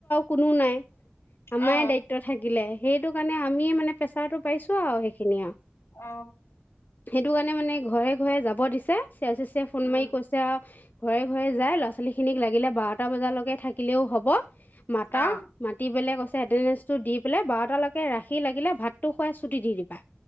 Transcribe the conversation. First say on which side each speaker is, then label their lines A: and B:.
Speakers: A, on the left; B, on the left.
A: কোনো নাই। আমাৰ
B: অ
A: দায়িত্ব থাকিলে। সেইটো কাৰণে আমিয়ে মানে প্ৰেছাৰটো পাইছো আৰু সেই খিনি আও।
B: অ
A: সেইটো কাৰণে মানে ঘৰে ঘৰে যাব দিছে চ আছে চ ফোন
B: উম
A: মাৰি কৈছে ঘৰে ঘৰে যাই ল'ৰা ছোৱালী খিনিক লাগিলে বাৰটা বজালৈকে থাকিলেও হ'ব মাতা
B: অ
A: মাটি বেলেগ আছে। এটেনদেন্স দি পাই বাৰটালৈকে ৰাখি লাগিলে ভাতটো খুৱাই চুটি দি দিবা।